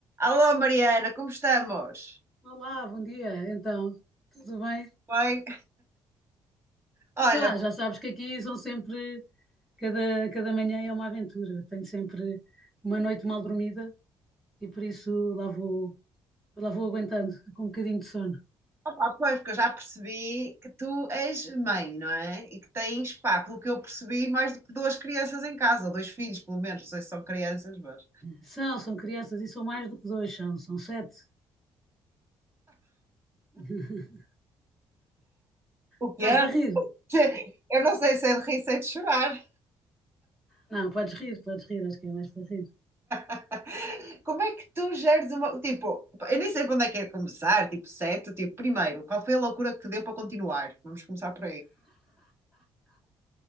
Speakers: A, on the right; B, in the centre.
A: Alô Mariana, como estamos?
B: Olá, bom dia. Então, tudo bem?
A: Bem, olha,
B: Tá, já sabes que aqui são sempre, cada, cada manhã é uma aventura. Tenho sempre uma noite mal dormida e por isso lá vou, lá vou aguentando com um bocadinho de sono.
A: opa, pois, porque eu já percebi que tu és mãe, não é? E que tens, pá, pelo que eu percebi, mais do que duas crianças em casa, ou dois filhos, pelo menos, não sei se são crianças, mas.
B: São, são crianças e são mais do que dois, são, são sete. <laughs>
A: O que
B: Estás
A: é?
B: de rir?
A: <laughs> Eu não sei se é de rir, se é de chorar.
B: Não, podes rir, podes rir, acho que é mais para rir.
A: <laughs> Como é que tu geres uma. Tipo, eu nem sei por onde é que é começar, tipo, certo? Tipo, primeiro, qual foi a loucura que te deu para continuar? Vamos começar por aí.